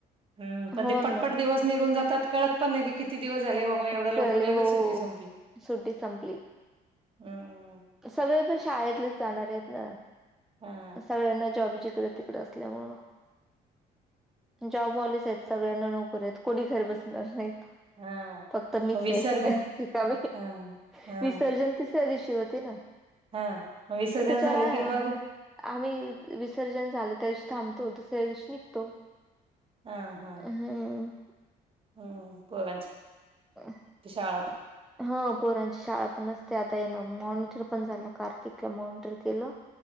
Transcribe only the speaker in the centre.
हो
ना
चालेल
हो
सुट्टी संपली
सगळे पण शाळेतलेच जाणार आहेत ना.
सगळ्यांना जॉब जिकडे तिकड असल्यामूळं. जॉब वालेच आहेत सगळ्यांना नोकरी आहेत कोणी घरी बसणार नाहीत.
फक्त मीच
आहे रिकामी
विसर्जन तिसऱ्या दिवशी होते ना.
त्याच्याार
आहे
आम्ही विसर्जन झालं त्या दिवशी थांबतो दुसऱ्या दिवशी निघतो.
हम्म.
<unintelligible>
हा पोरांची शाळा पण असते आता ये ना मॉनिटर पण झालं कार्तिकला मॉनिटर केलं.